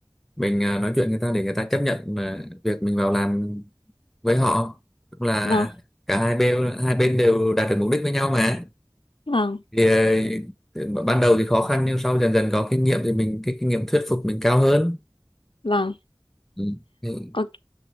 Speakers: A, in the centre; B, on the left.
A: mình ờ, nói chuyện người ta để người ta chấp nhận mà việc mình vào làm với họ cũng là
B: vâng,
A: cả hai bên hai bên đều đạt được mục đích với nhau mà
B: vâng,
A: thì ờ, ban đầu thì khó khăn nhưng sau dần dần có kinh nghiệm thì mình cái kinh nghiệm thuyết phục mình cao hơn
B: vâng.
A: Ừ. Ừ.
B: Ok.